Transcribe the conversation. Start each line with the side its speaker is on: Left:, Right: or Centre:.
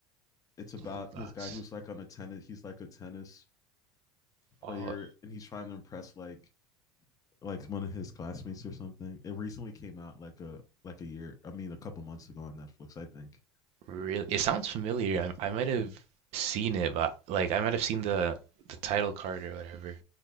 Left: it's about
Right: Blue box.
Left: this guy who's like on a tennis he's like a tennis player
Right: Oh,
Left: and he's trying to impress like like one of his classmates or something. It recently came out like a like a year, I mean a couple months ago on Netflix, I think.
Right: Really, it sounds familiar. I, I might have seen it, but like I might have seen the the title card or whatever.